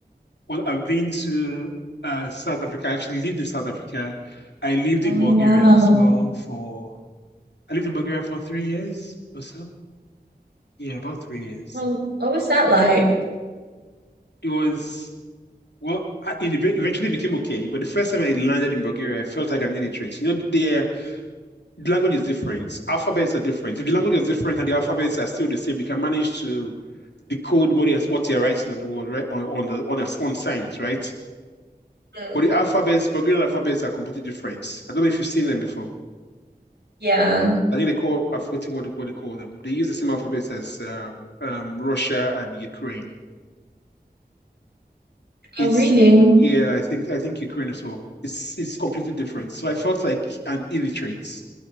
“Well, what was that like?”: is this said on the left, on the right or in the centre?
Right